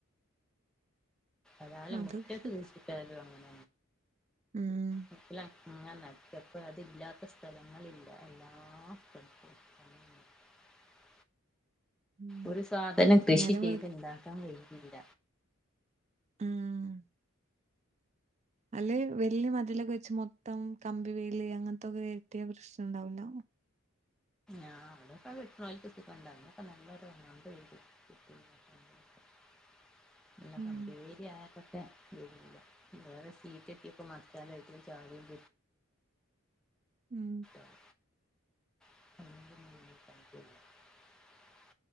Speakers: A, in the centre; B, on the right.
A: ഏതാലും
B: അതൊക്കെ
A: മുറ്റത്ത്
B: ശരി
A: കുഴിച്ചിട്ടാലു അങ്ങനേ
B: ഉം
A: <unintelligible> ഞാൻ നട്ടപ്പേ അതില്ലാത്ത സ്ഥലങ്ങളില്ല. എല്ലാ സ്ഥലത്തു <unintelligible>
B: ഉം
A: ഒരു സാധനം കൃഷി
B: നേരം
A: ചെയ്ത്ണ്ടാക്കാൻ
B: വെളു
A: വെയ്യ ഇല്ല
B: ഉം അല്ലെ വെല്ല്യ മതിലൊക്കെ വെച് മൊത് ത്തം കമ്പിവേലി അങ്ങൻത്തൊക്കെ കെട്ടിയ പ്രശ്നണ്ടാവൂല
A: ആ അതൊക്കെ കെട്ട്ണോൽക്ക് ഒക്കെ കൊണ്ടാ. അതിനൊക്കെ നല്ലൊരു എമൗണ്ട് വരും. <unintelligible> പിന്നെ
B: ഉം
A: കമ്പിവേലിയാ <inaudible> വേറെ സീറ്റട്ടിയപ്പോ <unintelligible> ചാടയും
B: ഉം
A: <unintelligible> <inaudible> <inaudible>